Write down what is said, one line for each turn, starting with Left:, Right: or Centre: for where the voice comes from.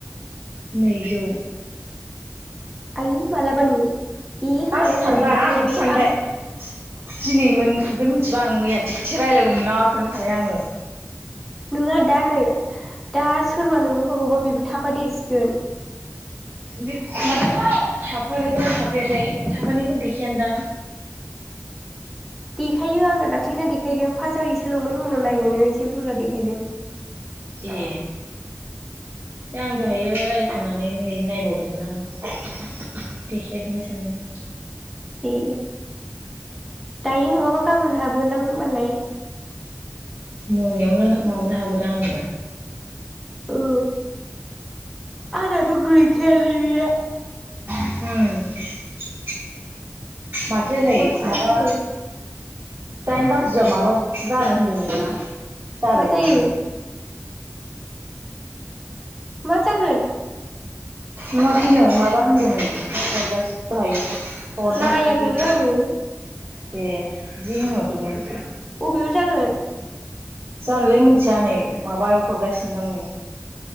Right: नैजौ।
Centre: आयु मालाबानो। ए होमबालाय
Right: आं सानबाय
Centre: आंना गैखाला
Right: आं बिदि
Centre: बे
Right: सानबाय दि दिनै मोन बे मिथिबा आं मैया थिगसे रायलायगौमोन ना सानबाय थाबाय आङो।
Centre: नोङा दा नै दा सोरबा नोंनो हरबावबा बेबो थाफा देरसिगोन।
Right: बे
Centre: माला
Right: <unintelligible> थाफागोनना थाफैयाथाय। थाफानायखौ देखायानो दां।
Centre: देखायो आं ना दाख्लै ना दे देखायदों फासआव इसेल'मोन उनाव नायबावनायाव एसे बुरजा देखायदों।
Right: ए दे आं दहायो रायलाय खांनानै नै नायबावदोंमोन आङो। देखाया खैनो सोंदों
Centre: ए दायो नङाबा गाबोन हाबगोनदां होमबालाय।
Right: मोनायावनो हाबबावगोन ना हागौथाय आंनिबा।
Centre: औ आंनाथ' गैखायालै बे
Right: उम। माथो नै
Centre: हरासैना
Right: माबा
Centre: आङो
Right: दाइन बाजियाव माबा जानो होनदोंमोन नामा जाबायानो।
Centre: मा जायो मा जागोन?
Right: नुआखैनों माबा होनदोंमोन थांगासिन दहायो हनो
Centre: नायाखैनो
Right: बिदि दे
Centre: आङो
Right: बिदि होनहरदोंमोन।
Centre: बबेयाव जागोन?
Right: जानोलै मिथिया नै माबायाव हरगासिनो दां नै